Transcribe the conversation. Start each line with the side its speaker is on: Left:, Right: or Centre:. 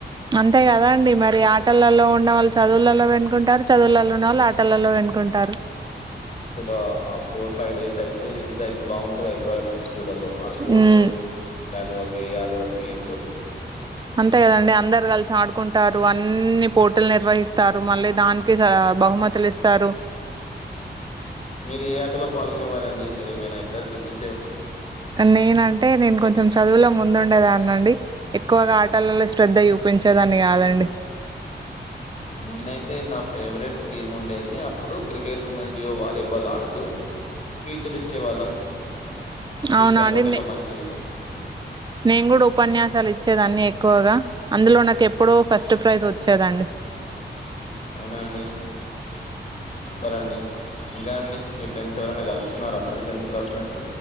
Right: అంతే కదా అండి మరి ఆటలలో ఉన్న వాళ్ళు చదువులలో వెనుకుంటారు. చదువులలో ఉన్న వాళ్ళు ఆటలలో వెనుకుంటారు.
Left: అసలు ఆ ఫోర్, ఫైవ్ డేస్ అయితే ఎంత బాగుంటది ఎన్వైమెంట్స్ స్కూలల్లో ఆ స్పోర్ట్సు
Right: హ్మ్
Left: టాలో గేయాల్ లో గేమ్లు
Right: అంతే కదండి అందరు కలిసి ఆడుకుంటారు. అన్ని పోటిల్ నిర్వహిస్తారు. మళ్ళీ దానికి సర బహుమతులు ఇస్తారు.
Left: మీరు ఏ ఆటలో పాల్గొనేవారండి మీరేమైనా ఇంట్రెస్ట్ చూపిం
Right: నేనంటే నేను కొంచెం చదువులో ము ముందుండేదాన్నండి. ఎక్కువగా ఆటలలో శ్రద్ధ చూపించేదాన్ని కాదండి.
Left: నేనైతే నా ఫేవరెట్ గేమ్ ఉండేది, అప్పుడు క్రికెట్ మలియు వాలీబాల్ ఆడుతూ స్పీచ్ లు ఇచ్చే వాళ్ళం స్పీచ్ల
Right: అవునా అండి,
Left: పోటీలో మంచి
Right: నేను కూడా ఉపన్యాసాలు ఇచ్చేది అన్ని ఎక్కువగా అందులో నాకు ఎప్పుడూ ఫస్ట్ ప్రైజ్ వచ్చేదండి.
Left: అవున అండి. చెప్పాలండి, ఇంకా అండి మీ ఫ్రెండ్స్ ఎవరైనా కలుస్తున్నారా మరి టెన్త్ క్లాస్మేట్స్?